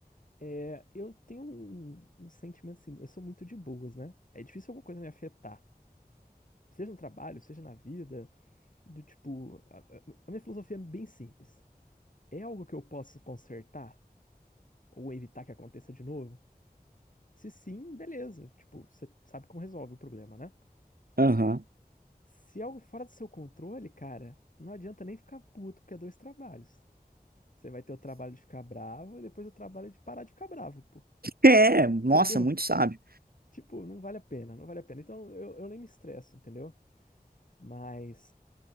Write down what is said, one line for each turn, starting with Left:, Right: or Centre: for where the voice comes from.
Left: É, eu tenho um, um sentimento assim, eu sou muito de boas, né? É difícil alguma coisa me afetar. Seja no trabalho, seja na vida, do tipo. A, a- a minha filosofia é bem simples. É algo que eu posso consertar ou evitar que aconteça de novo? Se sim, beleza. Tipo, você sabe como resolve o problema, né?
Right: Aham. <laughs>
Left: Se é algo fora do seu controle, cara, não adianta nem ficar puto, porque é dois trabalhos. Você vai ter o trabalho de ficar bravo e depois o trabalho de parar de ficar bravo, pô.
Right: É,
Left: <laughs>
Right: nossa,
Left: Entendeu?
Right: muito sábio.
Left: Tipo, não vale a pena, não vale a pena. Então eu, eu nem me estresso, entendeu? Mas